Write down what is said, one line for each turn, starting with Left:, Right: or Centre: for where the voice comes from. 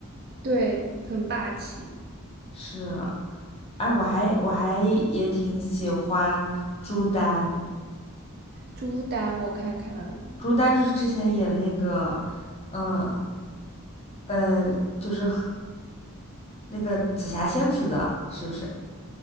Right: 对，很霸气。
Left: 是，哎，我还我还也挺喜欢朱丹，
Right: 朱丹，我看看，
Left: 朱丹就是之前演那个，嗯呃，就是和那个紫霞仙子的，是不是？